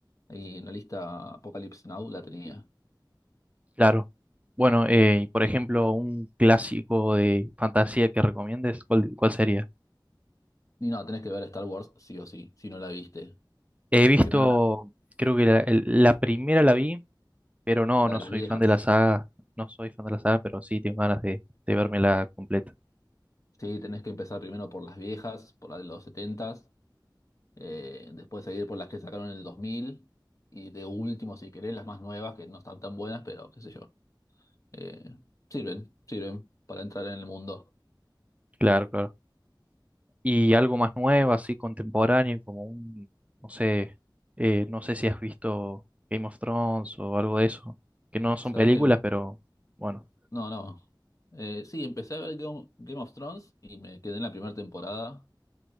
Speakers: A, on the left (about 40°); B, on the right (about 15°).
A: ahí en la lista Apocalypse Now, la tenía.
B: Claro. Bueno, eh, y por ejemplo,
A: Sí.
B: un clásico de fantasía que recomiendes, ¿cuál, cuál sería?
A: Y no, tenés que ver Star Wars sí o sí, si no la viste.
B: He visto,
A: Primero la,
B: creo que la, el- la primera la vi, pero no,
A: la
B: no
A: de las
B: soy
A: viejas.
B: fan de la saga. No soy fan de la saga, pero sí tengo ganas de, de vérmela completa.
A: Sí, tenés que empezar primero por las viejas, por la de los 70 eh, después seguir por las que sacaron en el 2000 y de último, si querés, las más nuevas que no están tan buenas, pero qué sé yo. Eh, sirven, sirven para entrar en el mundo.
B: Claro, claro. y algo más nuevo, así contemporáneo, como un, no sé, eh, no sé si has visto Game of Thrones o algo de eso, que no son
A: ¿Sabés
B: películas,
A: qué?
B: pero bueno,
A: No, no. Eh, sí, empecé a ver Game, Game of Thrones y me quedé en la primera temporada.